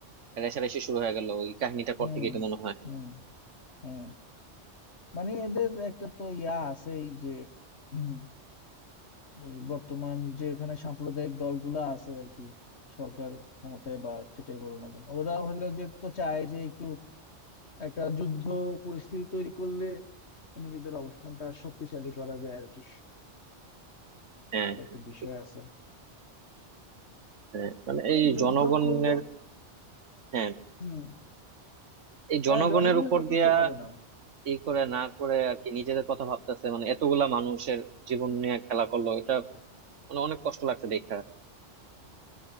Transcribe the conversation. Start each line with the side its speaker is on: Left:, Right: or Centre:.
Right: রেষারেষি শুরু হয়ে গেল ওই কাহিনীটার
Left: হম
Right: পর থেকে তো মনে হয়
Left: হম হ্যাঁ মানে এদের একটা তো ইয়া আছে এই যে হুম, ওই বর্তমান যে এখানে সাম্প্রদায়িক দলগুলা আছে আর কি সরকার ক্ষমতায় বা যেটাই বলো না কেন ওরা হলো যে তো চায় যে একটু একটা যুদ্ধ পরিস্থিতি তৈরি করলে নিজেদের অবস্থানটা শক্তিশালী করা যায় আর কি
Right: হ্যাঁ
Left: এটা
Right: হ্যাঁ,
Left: একটা বিষয় আছে
Right: হ্যাঁ, মানে
Left: মানে
Right: এই
Left: যুদ্ধ
Right: জনগণের
Left: করলে
Right: হ্যাঁ
Left: হুম
Right: এই জনগণের
Left: হ্যাঁ জনগণের
Right: উপর
Left: কথা
Right: দিয়া
Left: তো ভাবে না
Right: এই করে না করে আর কি নিজেদের কথা ভাবতেছে মানে এতগুলা মানুষের জীবন নিয়ে খেলা করলো এটা মানে অনেক কষ্ট লাগছে দেখা